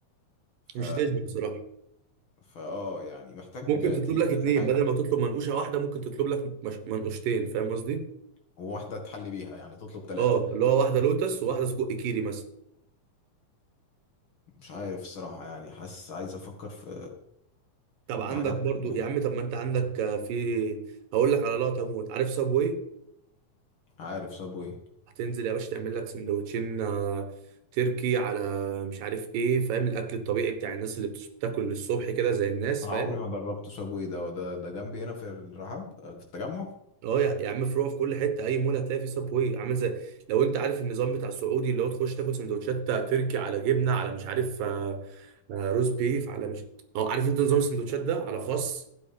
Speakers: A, on the left (about 45°); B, on the right (about 85°).
A: ف
B: مش هتشبع بصراحه
A: فاه يعني محتاج
B: ممكن تطلب
A: تجيب
B: لك
A: كذا
B: اتنين
A: حاجة
B: بدل ما تطلب منقوشه واحده ممكن تطلب لك مش... منقوشتين فاهم قصدي
A: وواحدة تحلي بيها يعني تطلب ثلاثة
B: اه اللي هو واحده لوتس وواحده سجق كيري مثلا
A: مش عارف الصراحة يعني حاسس عايز أفكر في
B: طب عندك
A: في حاجات
B: برضو
A: تانية
B: يا عم طب ما انت عندك آه، في هقول لك على لقطه موت عارف صابوي
A: عارف سابوي
B: هتنزل يا باشا تعمل لك سندوتشين آه، تركي على مش عارف ايه فاهم الاكل الطبيعي بتاع الناس اللي بتس- بتاكل الصبح كده زي الناس
A: أنا
B: فاهم
A: عمري ما جربت سابوي ده ده ده جنبي هنا في الرحاب في التجمع
B: اه يا يا عم فروع في كل حته اي مول هتلاقي فيه سبوي عامل زي لو انت عارف النظام بتاع السعودي اللي هو تخش تاكل سندوتشات تركي على جبنه على مش عارف آه، آه، روز بيف على مش اه عارف انت نظام السندوتشات ده على خاص